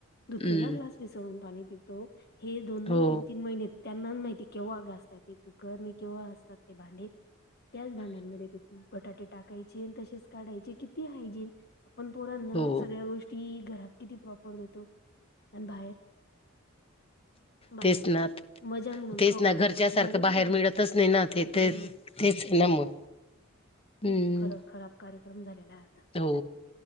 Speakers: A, on the left (about 55°); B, on the left (about 30°).
A: ुतलेला
B: हम्म
A: ग्लास विसळून पाणी पितो हे दोन दोन
B: हो
A: तीन तीन महिने त्यांना माहिती केव्हा घासतात ते कुकर आणि केव्हा असतात ते भांडे त्याच भांड्यांमध्ये बटाटे टाकायचे तसेच काढायचे किती हायजीन आपण पोरांना
B: हो
A: सगळ्या गोष्टी ती घरात किती प्रॉपर देतो आणि बाहेर बाहेर
B: तेचनाथ
A: मजा म्हणून
B: तेच
A: खाऊ
B: ना
A: घालतो
B: घरच्या
A: पण ती
B: सारखं
A: मजा किती
B: बाहेर
A: जडते
B: मिळतच नाही ना ते ते
A: नाही मिळत
B: तेच आहे ना मग
A: खूप
B: हम्म.
A: खर खराब कार्यक्रम झालेला आहे आता
B: हो